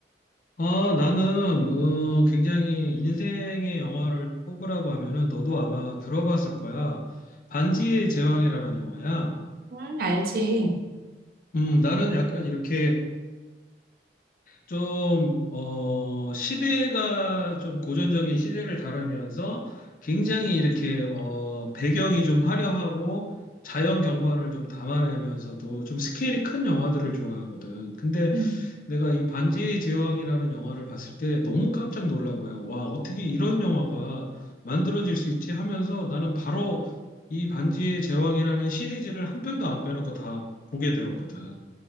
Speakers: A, on the left; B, on the right.
A: 아, 나는 어, 굉장히 인생의 영화를 뽑으라고 하면은 너도 아마 들어봤을 거야. 반지의 제왕이라는 영화야.
B: 응, 알지.
A: 음, 나는 약간 이렇게 좀, 어, 시대가 좀 고전적인 시대를 다루면서 굉장히 이렇게, 어, 배경이 좀 화려하고 자연 경관을 좀 담아내면서도 좀 스케일이 큰 영화들을 좋아하거든. 근데
B: 음,
A: 내가 이 반지의 제왕이라는 영화를 봤을 때 너무 깜짝 놀란 거야. 와, 어떻게 이런 영화가 만들어질 수 있지 하면서 나는 바로 이 반지의 제왕이라는 시리즈를 한 편도 안 빼놓고 다 보게 되었거든.